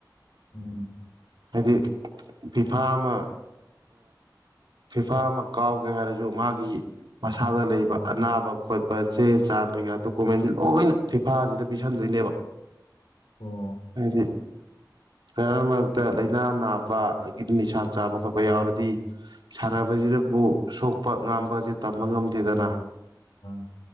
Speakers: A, on the left; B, on the right.
A: ꯎꯝ
B: ꯍꯥꯏꯗꯤ ꯐꯤꯐꯥ ꯑꯃ ꯐꯤꯐꯥ ꯑꯃ ꯀꯥꯎꯒꯦ ꯍꯥꯏꯔꯁꯨ ꯃꯥꯒꯤ ꯃꯁ ꯥꯗ ꯂꯩꯕ ꯑꯅꯥꯕ ꯈꯣꯠꯄ ꯆꯦ ꯆꯥꯡ ꯀꯩꯀꯥ ꯗꯣꯀꯨꯃꯦꯟꯁꯤ ꯂꯣꯏꯅ ꯐꯤꯐꯥꯁꯤꯗ ꯄꯤꯁꯟꯗꯣꯏꯅꯦꯕ
A: ꯑꯣ
B: ꯍꯥꯏꯗꯤ ꯐ ꯃꯔꯛꯇ ꯂꯥꯏꯅꯥ ꯅꯥꯕ ꯑꯗꯒꯤ ꯅꯤꯁꯥ ꯆꯥꯕ ꯈꯣꯠꯄ ꯌꯥꯎꯔꯗꯤ ꯁꯥꯟꯅꯕꯁꯤꯗ ꯑꯗꯨꯕꯨ ꯁꯣꯛꯄ ꯉꯥꯁ ꯇꯝꯕ ꯉꯝꯗꯦꯗꯅ
A: ꯑꯥ